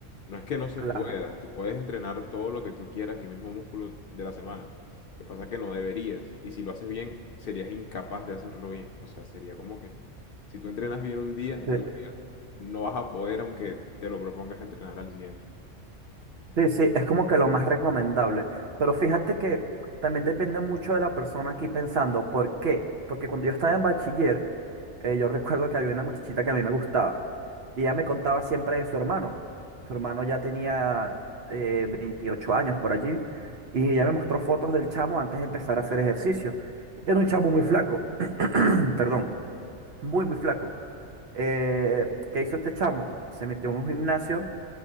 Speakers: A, on the left (about 60°); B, on the right (about 60°).
A: No es que no se
B: claro.
A: pueda, tú puedes entrenar todo lo que tú quieras, el mismo músculo de la semana. Lo que pasa es que no deberías, y si lo haces bien, serías incapaz de hacerlo bien. O sea, sería como que si tú entrenas bien un día,
B: Sí,
A: la- no vas a poder aunque te lo propongas entrenar al siguiente.
B: sí, sí, es como que lo más recomendable. Pero fíjate que también depende mucho de la persona aquí pensando. ¿Por qué? Porque cuando yo estaba en bachiller, eh, yo recuerdo que había una muchachita que a mí me gustaba y ella me contaba siempre de su hermano. Su hermano ya tenía eh, 28 años por allí y ella me mostró fotos del chamo antes de empezar a hacer ejercicio. Era un chamo muy flaco, <clears throat> perdón, muy, muy flaco. Eh, ¿qué hizo este chamo? Se metió en un gimnasio